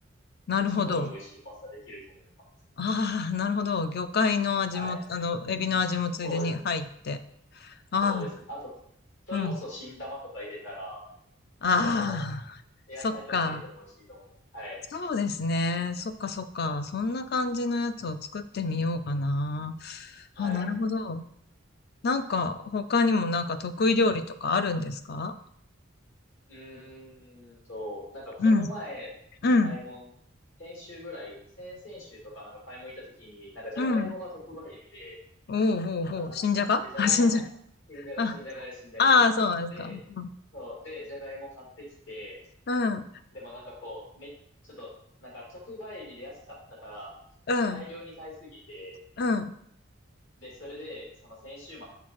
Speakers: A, on the left; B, on the left.
A: なるほど。
B: すごい美味しいパスタできると思います。
A: ああ、なるほど。魚介の味も、
B: はい。
A: あの、エビの味もついでに入って。
B: そうですね。
A: あ
B: そうですね。あと、それこそ新玉とか入れたら、
A: あ、うん。ああ、
B: とても、野菜とか入れても美味しいと思います。
A: そっか。
B: はい。
A: そうですね。そっかそっか。そんな感じのやつを作ってみようかな。
B: はい。
A: あ、なるほど。なんか、他にもなんか得意料理とかあるんですか
B: うーんと、なんかこの前、
A: うん、うん、
B: 買い物、先週ぐらい、先々週とかなんか買い物行った時に、なんかじゃがいもが特売日で、
A: うん。おうおうおう、
B: なんかたくさん、
A: 新じゃが
B: で、じゃがいもたくさん、
A: <laughs> あ、新じゃ
B: 新じゃが、
A: が。
B: 新じゃがです、新じゃがです。
A: あ、ああ、そうなんですか。
B: で、
A: うん、
B: そう、で、じゃがいも買ってきて、
A: うん、
B: でもなんかこう、め、ちょっと、なんか特売日で安かったから、
A: うん、
B: 大量に買いすぎて、
A: うん。
B: で、それで、その先週末、